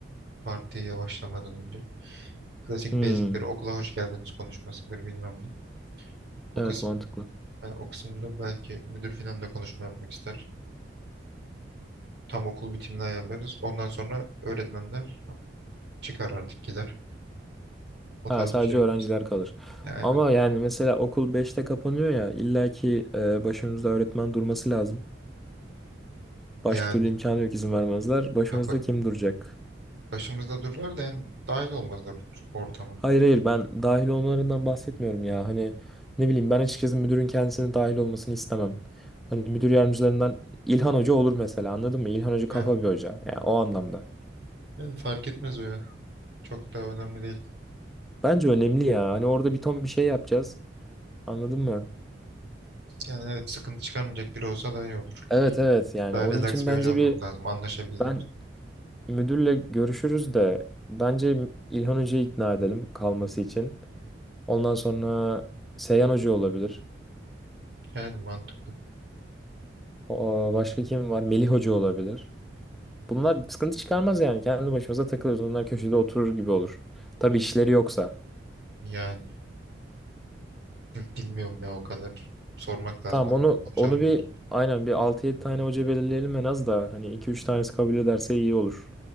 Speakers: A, on the right; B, in the centre.
A: Partiye başlamadan önce. Klasik
B: Hmm,
A: basicleri okula hoş geldiniz konuşmasıdır bilmem ne. O
B: evet
A: kısım,
B: mantıklı.
A: e, o kısımda belki müdür filan da konuşma yapmak ister. Tam okul bitimini ayarlarız. Ondan sonra öğretmenler çıkar artık gider. O
B: Ha,
A: tarz
B: sadece
A: bir şey yaparız.
B: öğrenciler kalır.
A: Ya aynen.
B: Ama yani mesela okul beşte kapanıyor ya illaki e, başımızda öğretmen durması lazım. Başka
A: Yani
B: türlü imkanı yok izin vermezler. Başımızda
A: ya ba-
B: kim duracak?
A: başımızda dururlar da yani dahil olmazlar ort- ortama.
B: Hayır hayır ben dahil olmalarından bahsetmiyorum ya. Hani ne bileyim ben açıkçası müdürün kendisinin dahil olmasını istemem. Hani müdür yardımcılarından İlhan Hoca olur mesela anladın mı? İlhan Hoca kafa
A: Ha,
B: bir hoca. Yani o anlamda.
A: yani fark etmez o ya. Çok da önemli değil.
B: Bence önemli ya. Hani orada bir ton bir şey yapacağız. Anladın mı?
A: Yani evet sıkıntı çıkarmayacak biri olsa daha iyi olur.
B: Evet evet yani
A: Daha
B: onun
A: relax
B: için
A: bir
B: bence
A: hoca olmamız
B: bir
A: lazım anlaşabildiğimiz.
B: ben müdürle görüşürüz de bence İlhan Hoca'yı ikna edelim kalması için. Ondan sonra Seyhan Hoca olabilir.
A: Yani mantıklı.
B: O, başka kim var? Melih Hoca olabilir. Bunlar sıkıntı çıkarmaz yani. Kendi başımıza takılırız. Onlar köşede oturur gibi olur. Tabii işleri yoksa.
A: Yani. Bilmiyorum ya o kadar. Sormak lazım
B: Tamam
A: onları
B: onu
A: konuşalım
B: onu bir
A: da öyle.
B: aynen bir altı yedi tane hoca belirleyelim en az da hani iki üç tanesi kabul ederse iyi olur.